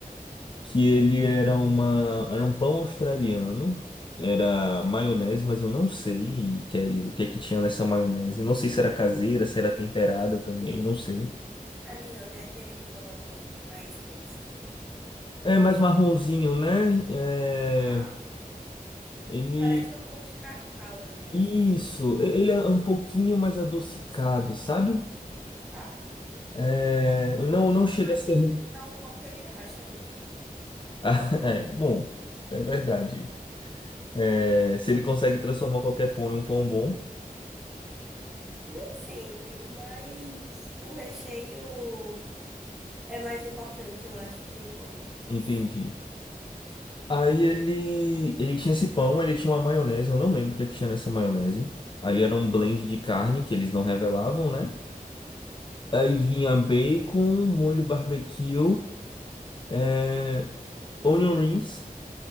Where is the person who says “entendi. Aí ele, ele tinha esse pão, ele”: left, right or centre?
Left